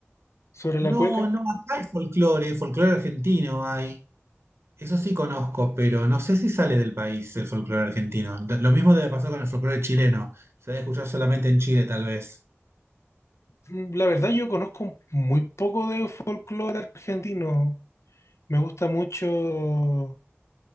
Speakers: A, on the left (about 75°); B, on the right (about 65°).
A: sobre
B: No,
A: la cueca.
B: no, acá hay folclore, folclore argentino hay. Eso sí conozco, pero no sé si sale del país el folclore argentino. D- Lo mismo debe pasar con el folclore chileno. Se debe escuchar solamente en Chile, tal vez.
A: Mm, La verdad yo conozco muy poco de folclore argentino. Me gusta mucho